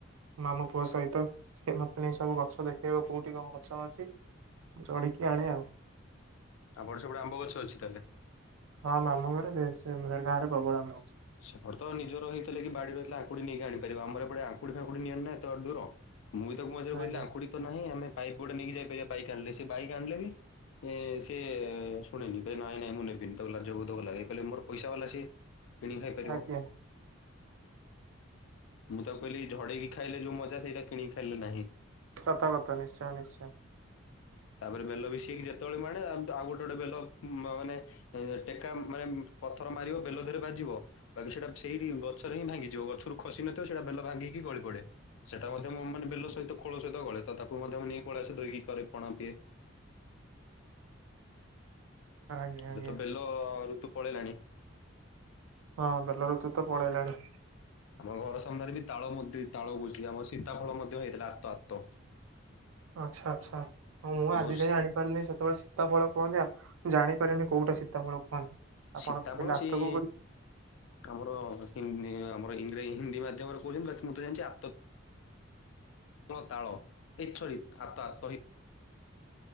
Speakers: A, on the right; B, on the left.
A: ମାମୁ ପୁଅ ସହିତ ସେ ମତେ ନେଇ ସବୁ ଗଛ ଦେଖେଇବ। କୋଉଠି କଣ ଗଛ ଅଛି। ଚଢିକି ଆଣେ ଆଉ।
B: ଆପଣ ସେପଟେ ଆମ୍ବ ଗଛ ଅଛି ତାହେଲେ?
A: ହଁ ମାମୁ ଘର ଢେରସେମରେ ଗାଁରେ ପ୍ରବଳ ଆମ୍ବ ଅଛି
B: ସେପଟେ ତ ନିଜର ହେଇଥିଲେ କି ବାଡି ରହିଥିଲେ ଆଙ୍କୁୁଡି ନେଇକି ଆଣିପାରିବ। ଆମର ଏପଟେ ଆଙ୍କୁଡ଼ି ଫାଙ୍କୁଡି ନିଅନ୍ତି ନା ଏତେ ବାଟ ଦୂର। ମୁଁ ବି ତାକୁ ମଝିରେ କହିଥିଲି
A: ଆଜ୍ଞା
B: ଆଙ୍କୁୁଡି ତ ନାହିଁ। ଆମେ ପାଇପ ଗୋଟେ ନେଇକି ଯାଇପାରିବା ବାଇକ୍ ଆଣିଲେ ସେ ବାଇକ୍ ଆଣିଲେନି। ଏ ସେ ଶୁଣେନି କହିବ ନାଇଁ ନାଇଁ ମୁଁ ନେବିନି ତାକୁ ଲାଜ ବହୁତ୍ ଭଲ ଲାଗେ। କହିଲେ ମୋର ପଇସା ବାଲା ସିଏ କିଣିକି ଖାଇପାରିବ।
A: ଆଜ୍ଞା।
B: ମୁଁ ତାକୁ କହିଲି ଝଡେଇକି ଖାଇଲେ ଯୋଉ ମଜା ସେଟା କିଣିକି ଖାଇଲେ ନାହିଁ।
A: ସତ କଥା ନିଶ୍ଚୟ ନିଶ୍ଚୟ।
B: ତାପରେ ବେଲ ମିଶେଇକି ଯେତେବେଳେ ମୁଁ ଆଣେଆଉ ଗୋଟେ ଗୋଟେ ବେଲ ମାନେ ଏ ଟେକା ମାନେ ପଥର ମାରିବ ବେଲ ଦେହରେ ବାଜିବ। ବାକି ସେଇଟା ସେଇ ଗଛରେ ହିଁ ଭାଙ୍ଗିଯିବ। ଗଛରୁ ଖସି ନଥିବ ସେଇଟା ବେଲ ଭାଙ୍ଗିକି ଗଳି ପଡେ। ସେଟା ମଧ୍ୟମୁ ମୁଁ ମାନେ ବେଲ ସହିତ ଖୋଳ ସହିତ ଗଳେ ତ ତାକୁ ମଧ୍ୟ ନେଇକି ପଳେଇ ଆସେ ଧୋଇକି କରେ ପଣା ପିଏ।
A: ଆଜ୍ଞା ଆଜ୍ଞା
B: ସେତ ବେଲ ଋତୁ ପଳେଇଲାଣି।
A: ହଁ ବେଲ ଋତୁ ତ ପଳେଇଲାଣି।
B: ଆମ ଘର ସାମ୍ନାରେ ବି ତାଳ ମୋଦି ତାଳ ବୁଝି ଆମର ସୀତାଫଳ ମଧ୍ୟ ହେଇଥିଲା ଆତ ଆତ୍ତ।
A: ଆଚ୍ଛା ଆଚ୍ଛା ମୁଁ ଆଜି
B: ବହୁତ
A: ଯାଇ ଆଣିବି। ଜାଣିନି ସେତେବେଳେ ସୀତା ଫଳ କୁହନ୍ତି ଆ ମୁଁ ଜାଣିପାରେନି କୋଉଟା ସୀତା ଫଳ କୁହନ୍ତି। ଆପଣ
B: ସୀତାଫଳ
A: କହିଲେ ଆତକୁ
B: ସେଇ ଆମର ହି ଆମର ଇଂ ହିନ୍ଦୀ ମାଧ୍ୟମରେ କହୁଚନ୍ତି ବାକି ମୁଁ ତ ଜାଣିଚି ଆତ। ହଁ ତାଳ ଏଛୋଇ ଆତ ଆତହି।